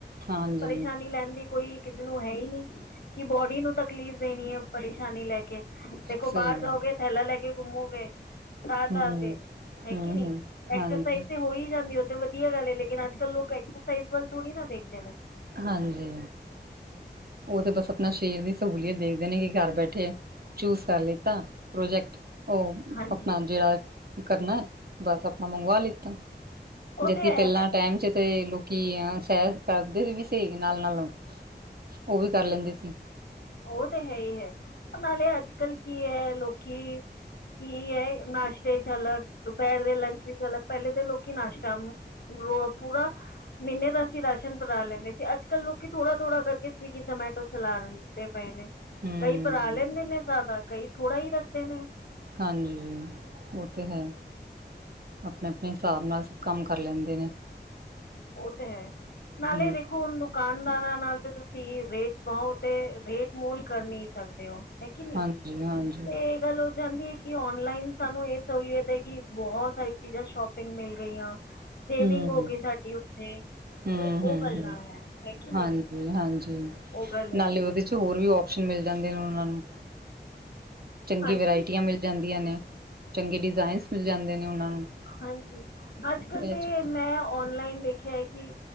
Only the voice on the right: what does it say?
ਹਾਂਜੀ
ਸਹੀ
ਗੱਲ।
ਹੂੰ
ਹੂੰ
ਹੂੰ।
ਹਾਂਜੀ
ਹਾਂਜੀ ਉਹ ਤਾਂ ਬਸ ਆਪਣਾ ਸ਼ੇਰ ਦੀ ਸਹੂਲੀਅਤ ਦੇਖਦੇ ਨੇ ਕਿ ਘਰ ਬੈਠੇ ਚੂਜ ਕਰ ਲਿੱਤਾ ਪ੍ਰੋਜੈਕਟ ਉਹ
ਆਪਣਾ ਜਿਹੜਾ ਕਰਨਾ ਬਸ ਆਪਣਾ ਮੰਗਵਾ ਲਿੱਤਾ
ਜਦਕਿ
ਪਹਿਲਾਂ
ਟਾਈਮ ਚ ਤੇ ਲੋਕ ਕੀ ਆ ਸੈਰ ਕਰਦੇ ਸੀ ਵੀ ਸ ਨਾਲ ਨਾਲ ਉਹ ਵੀ ਕਰ ਲੈਂਦੇ ਸੀ
ਹੂੰ
ਹਾਂਜੀ ਉਹ ਤੇ ਹੈ ਆਪਣੇ-ਆਪਣੇ ਹਿਸਾਬ ਨਾਲ ਕੰਮ ਕਰ ਲੈਂਦੇ ਨੇ
ਹਮ
ਹਾਂਜੀ ਹਾਂਜੀ
ਹਮ
ਹਮ
ਹਮ
ਹ
ਹਾਂਜੀ ਹਾਂਜੀ
ਨਾਲੇ
ਉਹਦੇ
ਚ ਹੋਰ ਵੀ ਓਸ਼ਨ ਮਿਲ ਜਾਂਦੇ ਨੇ ਉਹਨਾਂ ਨੂੰ ਚੰਗੀ
ਵਰਾਇਟੀਆਂ ਮਿਲ ਜਾਂਦੀਆਂ ਨੇ ਚੰਗੇ ਡਿਜ਼ਾਇਨਸ ਮਿਲ ਜਾਂਦੇ ਨੇ ਉਹਨਾਂ ਨੂੰ
ਇਹ
ਚੀਜ਼